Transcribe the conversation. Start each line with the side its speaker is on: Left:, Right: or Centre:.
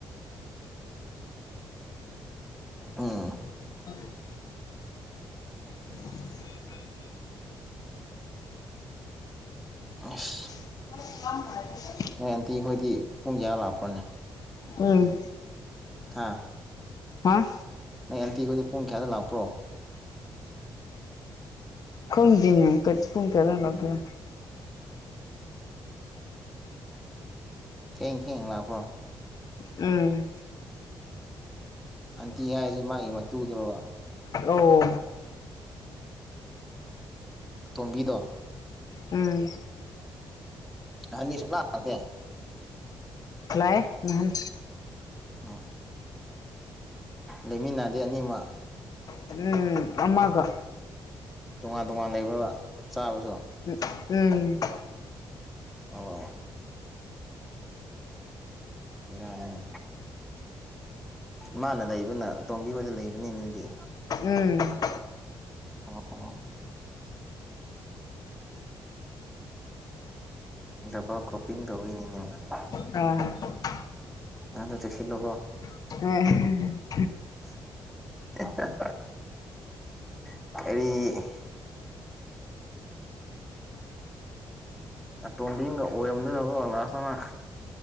Centre: ꯎꯝ
Left: <unintelligible> <unintelligible> <inaudible>
Centre: ꯑꯁ
Left: <unintelligible>
Centre: ꯅꯣꯏ ꯑꯟꯇꯤ ꯈꯣꯏꯗꯤ ꯄꯨꯡ ꯀꯌꯥ ꯂꯥꯛꯄ꯭ꯔꯅꯦ
Left: ꯎꯝ
Centre: ꯍꯥ
Left: ꯍꯥꯥ
Centre: ꯅ‌ꯣꯏ ꯑꯟꯇꯤꯈꯣꯏꯗꯤ ꯄꯨꯡ ꯀꯌꯥꯗ ꯂꯥꯛꯄ꯭ꯔꯣ
Left: ꯈꯪꯗ‌ꯦꯅ‌ꯦ ꯄꯨꯡ ꯀꯌꯥꯗ ꯂꯩꯛꯒꯦꯔ
Centre: ꯊꯦꯡ ꯊꯦꯡꯅ ꯂꯥꯛꯄ꯭ꯔꯣ
Left: ꯎꯝ
Centre: ꯑꯟꯇꯤ ꯍꯥꯏꯁꯦ ꯃꯥꯒꯤ ꯃꯇꯨꯗꯨꯔꯣꯕ
Left: ꯑꯣ
Centre: ꯇꯣꯝꯕꯤꯗꯣ
Left: ꯎꯝ
Centre: ꯅꯪꯗꯤ ꯁꯨꯛꯂꯥꯛ ꯇ‌ꯦ
Left: ꯂꯥꯛꯑ‌ꯦ ꯅꯍꯥꯟ
Centre: ꯎꯝ ꯂꯩꯃꯤꯟꯅꯗꯦ ꯑꯅꯤꯃꯛ
Left: ꯎꯝ ꯑꯃꯒ
Centre: ꯇꯣꯉꯥꯟ -ꯇꯣꯉꯥꯟ ꯂꯩꯕ꯭ꯔꯕ ꯆꯥꯕꯁꯨ
Left: ꯎꯝ-ꯎꯝ
Centre: ꯋꯥ-ꯋꯥ ꯕꯦꯔꯥꯅꯤ ꯃꯥꯅ ꯂꯩꯕꯅ ꯑꯇꯣꯝꯕꯤꯈꯣꯏꯗ ꯂꯩꯕꯅꯤ ꯑꯗꯨꯗꯤ
Left: ꯎꯝ
Centre: ꯑꯣ-ꯑꯣ ꯗꯕꯜ ꯀ꯭ꯔꯣꯞꯄꯤꯡ ꯇꯧꯌꯤꯅꯤ ꯃꯥꯗꯤ
Left: ꯑꯥ
Centre: ꯅꯪꯗ‌ꯣ ꯆꯦꯛꯁꯤꯜꯂꯨꯀꯣ
Left: ꯍꯣꯏ
Centre: <unintelligible> ꯀꯔꯤ ꯑꯇꯣꯝꯕꯤ ꯑꯃ ꯑꯣꯏꯔꯝꯗꯅꯀ ꯂꯥꯁꯇ ꯅꯪ꯫